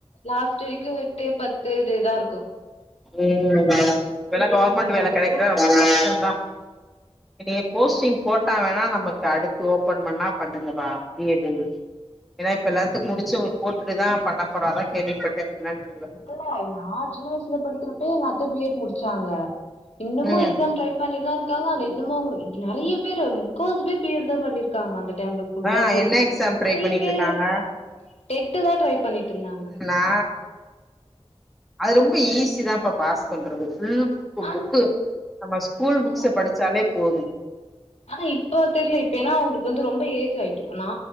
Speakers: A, on the left; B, in the centre.
A: லாஸ்ட்டு வரைக்கு எட்டு பத்து இதே தா இருக்கு
B: ம் இப்பெல்லா கவுர்மெண்ட் வேல கெடைக்குற ரொம்ப கஷ்டோ தா நீ போஸ்டிங் போட்டா வேணா நமக்கு அடுத்து ஓபன் பண்ணா பண்ணுங்கபா பி எட் டு ஏன்னா இப்ப எல்லாத்துக்கு முடிச்சவங்ளுக்கு போட்டுட்டுதா பண்ண போறதா கேள்விப்பட்டே என்னனு
A: <unintelligible> நா சின்ன வயசுல படிக்கிறப்பயே எங்க அத்த பி எட் முடிச்சாங்க இன்னமு
B: ம்
A: எக்ஸாம் ட்ரை பண்ணினு தா இருக்காங்க ஆனா இன்னமு நெறைய பேரு முக்காவாசி பேரு பி எட் தா பண்ணிரு க்காங்க அந்த டைம்ல ஃபுல்லாவே
B: ஆ என்ன எக்ஸாம் ட்ரை
A: நெறைய
B: பண்ணிட்டு
A: பேரு
B: இருக்காங்க
A: டெட்டு தா ட்ரை பண்ணிட்டுருந்தாங்க
B: ஆ அது ரொம்ப ஈஸி தா பா பாஸ் பண்றது ஃபுல்
A: ஆனா
B: புக்கு நம்ம ஸ்கூல் புக்ஸ்ஸ
A: அதா
B: படிச்சாலே போது
A: ஆனா இப்ப தெர்ல இப்ப ஏன்னா அவுங்களுக்கு வந்து ரொம்ப ஏஜ் ஆயிட்டுருக்கு நா